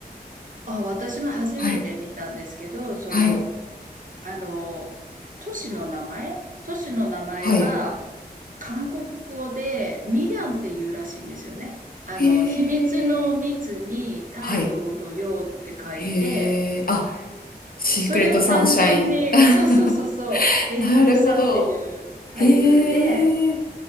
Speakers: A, on the right (about 55°); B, on the left (about 60°).
A: あ、私も初めて見たんですけど、
B: はい、
A: その、
B: はい、
A: あの、都市の名前都市の名前が
B: はい。
A: 韓国語でミリャンっていうらしいんですよね。あの、
B: へ
A: 秘密の密に太陽の陽って書いて、
B: え、はい、へえ、あ、シークレットサンシャイン。
A: それを単純に、そうそうそうそう、
B: <laughs>
A: 英語にしたっていうタイトルで、
B: なるほど。へえ、